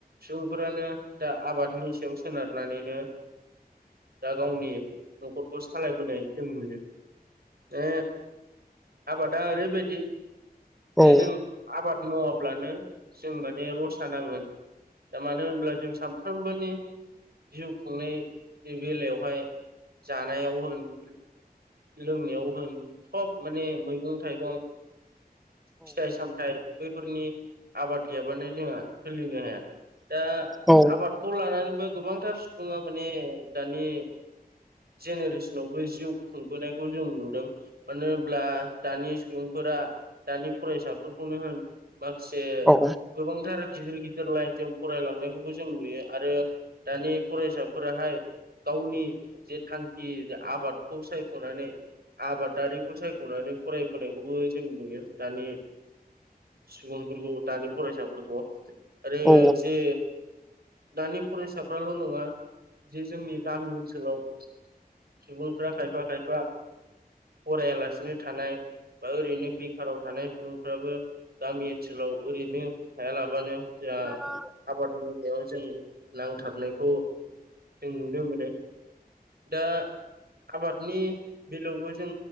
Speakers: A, on the right (about 75°); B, in the centre.
A: सुबुंफोरानो दा आबादनि सायाव सोनारनानैनो दा गावनि न'खरखौ सालायबोनाय जों नुयो ओ आबादा ओरैबायदि
B: औ
A: जे जों आबाद मावाब्लानो जों माने रसा नांगोन दा मानो होनब्ला जों सानफ्रोमबोनि जिउ खुंनाय बेलायावहाय जानायाव होन लोंनायाव होन सब माने मैगं-थाइगं फिथाइ साम थाइ बैफोरनि आबाद गैयाबानो जोंहा सोलिनो हाया दा
B: औ
A: आबाद खौ लानानैबो गोबांथार सुबुङा माने दानि जेनेरेसनावबो जिउ खुंबोनायखौ जों नुदों। मानो होनब्ला दानि सुबुंफोरा दानि फरायसाफोरखौनो होन माखासे
B: औ
A: गोबांथार गिदिर गिदिर लाइनजों फरायलांनायखौबो जों नुयो आरो आरो दानि फरायसाफोराहाय गावनि जे थांखि आबादखौ सायख'नानै आबादारिखौ सायख'नानै फरायबोनायखौबो जों नुयो दानि सुबुंफोरखौ दानि फरायसाफोरखौ आरो
B: औ
A: जे दानि फरायसाफ्राल' नङा जे जोंनि गामि ओनसोलाव सुबुंफ्रा खायफा खायफा फरायालासिनो थानाय बा ओरैनो बेखाराव थानाय सुबुंफ्राबो गामि ओनसोलाव ओरैनो थायालाबानो जोहा
B: <inaudible>
A: मोनायाव जों नांथाबनायखौ जों नुनो मोनो। दा आबादनि बेलयावबो जों